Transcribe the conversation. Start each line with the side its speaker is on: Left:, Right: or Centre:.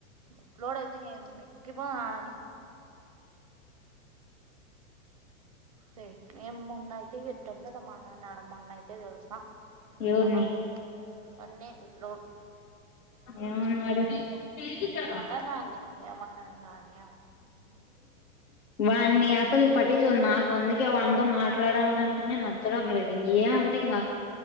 Right: గుట్లోడ అయితే మేక్కిపోనాడని సేహే ఏం మొన్నయితే ఎట్టండ మాట అన్నాడు మొన్నయితే తే తెల్సా ఉచ్చన్నా
Left: ఎవరిని
Right: అయిటివే నన్నే గుడ్లోడు
Left: ఏనున్నాడు హుహు
Right: మాట్లాడినాడులే ఏమన్నా అన్నాని
Left: వాన్ని అసలు పట్ంచుకోను నాకు అందుకే వాతో మాట్లాడాలాలంటేనేే నచ్చడం లేదు ఇంక ఏమంటే ఇంకా